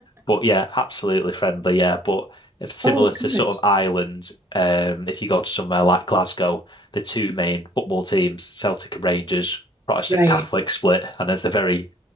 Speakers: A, on the left; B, on the right.
A: but yeah, absolutely friendly. Yeah, but if similar
B: Oh,
A: to
B: good.
A: sort of Ireland, um, if you go to somewhere like Glasgow, the two main football teams, Celtic and Rangers, Protestant
B: Right.
A: Catholic split, and there's a very